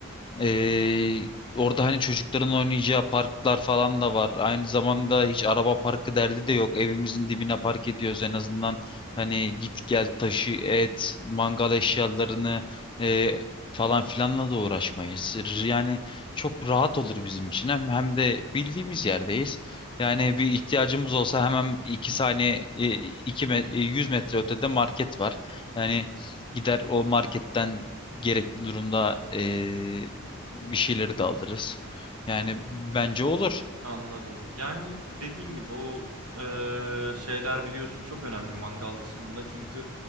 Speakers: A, on the left; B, on the right.
A: Ee, orada hani çocukların oynayacağı parklar falan da var. Aynı zamanda hiç araba parkı derdi de yok. Evimizin dibine park ediyoruz en azından. Hani git gel taşı et, mangal eşyalarını e, falan filanla da uğraşmayız. Yani çok rahat olur bizim için. Hem, hem de bildiğimiz yerdeyiz. Yani bir ihtiyacımız olsa hemen iki saniye, e, iki me- e, 100 metre ötede market var. Yani gider o marketten gerekli durumda e, bir şeyleri de alırız. Yani bence olur.
B: Anladım. Yani dediğin gibi o e, şeyler biliyorsun çok önemli mangal kısmında. Çünkü